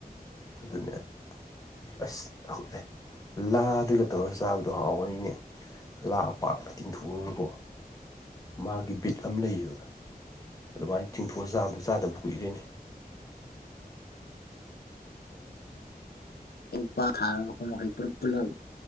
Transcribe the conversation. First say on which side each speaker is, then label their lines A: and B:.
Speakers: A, on the left (about 20°); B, on the left (about 80°).
A: ꯑꯗꯨꯅ ꯑꯁ ꯑꯣꯏ ꯑꯦ ꯂꯥꯗꯒ ꯇꯧꯔ ꯆꯥꯕꯗꯣ ꯍꯥꯎꯕꯅꯤꯅꯦ ꯂꯥ ꯄꯥꯛꯅ ꯇꯤꯡꯊꯣꯛꯑꯒꯀꯣ ꯃꯥꯒꯤ ꯕꯤꯠ ꯑꯃ ꯂꯩꯌꯦꯕ ꯑꯗꯨꯃꯥꯏꯅ ꯆꯤꯡꯊꯣꯛꯑꯒ ꯆꯥꯕꯗꯨ ꯆꯥꯗꯕ ꯀꯨꯏꯔꯔꯤꯅꯦ
B: ꯄ ꯊꯥꯔꯒ ꯑꯩꯈꯣꯏ ꯃꯈꯩ ꯄꯨꯂꯞ ꯄꯨꯂꯞ